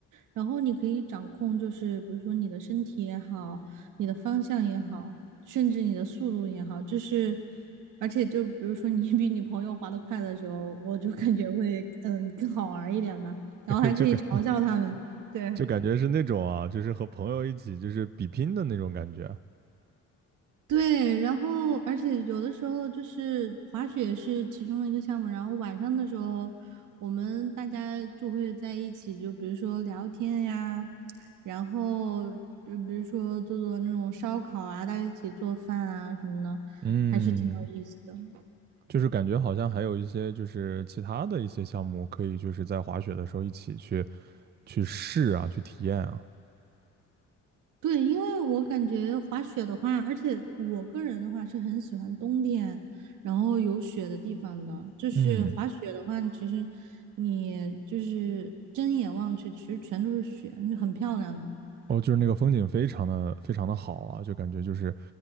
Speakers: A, on the right; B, on the right.
A: 然后你可以掌控，就是比如说你的身体也好，你的方向也好，甚至你的速度也好，就是而且就比如说你 <laughs> 比你朋友滑得快的时候，我就感觉会嗯更好玩儿一点吧，然后还可以嘲笑他们，
B: <laughs> 就感
A: 对。
B: 就感觉是那种啊，就是和朋友一起就是比拼的那种感觉。
A: 对，然后而且有的时候就是滑雪是其中的一个项目，然后晚上的时候我们大家就会在一起，就比如说聊天呀，然后就比如说做做那种烧烤啊，大家一起做饭啊什么的，
B: 嗯，
A: 还是挺有意思的。
B: 就是感觉好像还有一些就是其他的一些项目可以就是在滑雪的时候一起去去试啊，去体验啊。
A: 对，因为我感觉滑雪的话，而且我个人的话是很喜欢冬天，然后有雪的地方的。就是滑雪的话，
B: 嗯
A: 其实你就是睁眼望去，其实全都是雪，很漂亮的。
B: 哦，就是那个风景非常的非常的好啊，就感觉就是，